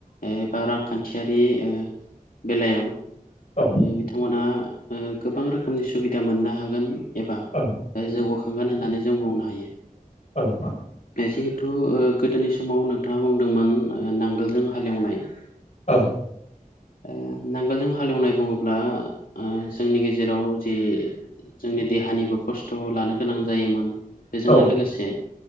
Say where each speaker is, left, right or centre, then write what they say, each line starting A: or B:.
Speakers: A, on the left; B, on the left.
A: एबा रांखान्थियारि ओ बेलायाव।
B: औ
A: ओ बिथांमोनहा ओ गोबां रोखोमनि सुबिदा मोननो हागोन। एबा
B: औ
A: जौगाखांगोन होननानै जों बुंनो हायो।
B: औ-औ।
A: जिहेथु ओ गोदोनि समाव नोंथाङा बुंदोंमोन ओ नांगोलजों हालेवनाय।
B: औ।
A: ओ नांगोलजों हालेवनाय बुङोब्ला ओ जोंनि गेजेराव। जि जोंनि देहानिबो खस्थ' लानो गोनां जायोमोन बेजोंनो
B: औ
A: लोगोसे।